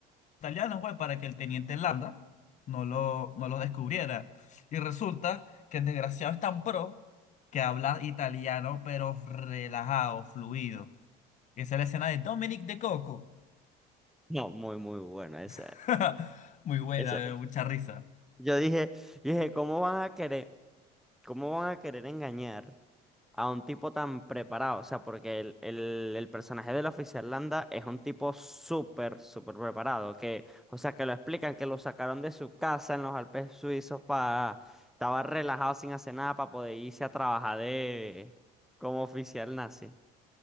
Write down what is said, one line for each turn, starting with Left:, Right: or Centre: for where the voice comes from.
Left: italianos, güey, para que el teniente Landa no lo, no lo descubriera. Y resulta que el desgraciado es tan pro que habla italiano, pero relajado, fluido. Esa es la escena de Dominic de Coco.
Centre: No, muy, muy buena Esa,
Left: <laughs> Muy buena,
Centre: esa.
Left: me dio mucha risa.
Centre: Yo dije, yo dije, ¿cómo van a querer, cómo van a querer engañar a un tipo tan preparado? O sea, porque el, el, el personaje de la oficial Landa es un tipo súper, súper preparado. Que, o sea, que lo explican, que lo sacaron de su casa en los Alpes suizos para, estaba relajado sin hacer nada para poder irse a trabajar de como oficial nazi.